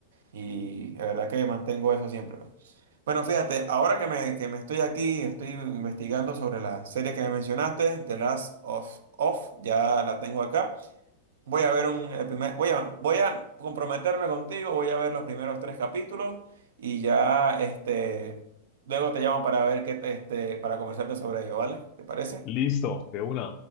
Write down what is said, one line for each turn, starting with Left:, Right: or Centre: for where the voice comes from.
Right: Y la verdad que mantengo eso siempre. pues. Bueno, fíjate, ahora que me, que me estoy aquí, estoy investigando sobre la serie que me mencionaste, The Last of Us, ya la tengo acá. Voy a ver un, el primer, voy a, voy a comprometerme contigo, voy a ver los primeros tres capítulos y ya, este, luego te llamo para ver qué te, este, para conversarte sobre ello, ¿vale? ¿Te parece?
Left: Listo, de una.